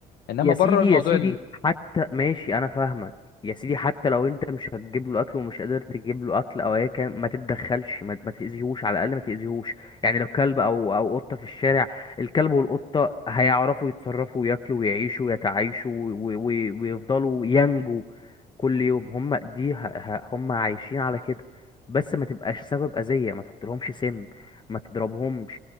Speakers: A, on the left; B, on the left.
A: إنما
B: يا سيدي
A: بره الموضوع
B: يا سيدي
A: ال...
B: حتى ماشي انا فاهمك يا سيدي حتى لو انت مش هتجيب له اكل ومش قادر تجيب له اكل او ايا كان ما تتدخلش ما, ما تاذيهوش على الاقل ما تاذيهوش يعني لو كلب او او قطه في الشارع الكلب والقطه هيعرفوا يتصرفوا وياكلوا ويعيشوا ويتعايشوا و- و- ويفضلوا ينجوا كل يوم هم دي ه- ه- هم عايشين على كده بس ما تبقاش سبب اذيه ما تحطلهمش سم ما تضربهمش